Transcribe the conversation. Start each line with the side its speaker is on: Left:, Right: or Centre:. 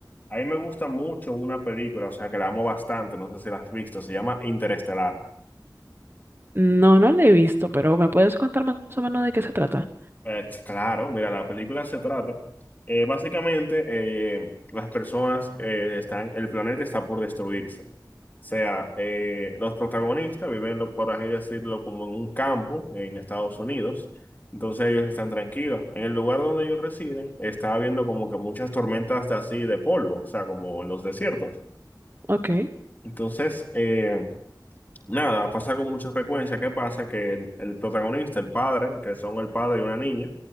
Left: A mí me gusta mucho una película, o sea, que la amo bastante, no sé si la has visto, se llama Interestelar.
Right: No, no la he visto, pero ¿me puedes contar más o menos de qué se trata?
Left: Eh, claro, mira, la película se trata. eh, básicamente, eh, las personas eh, están, el planeta está por destruirse. O sea, eh, los protagonistas viven, lo- por así decirlo, como en un campo en Estados Unidos. Entonces ellos están tranquilos. En el lugar donde ellos residen, está habiendo como que muchas tormentas de así de polvo, o sea, como en los desiertos.
Right: Ok,
Left: Entonces, eh, Nada, pasa con mucha frecuencia. ¿Qué pasa? Que el, el protagonista, el padre, que son el padre y una niña,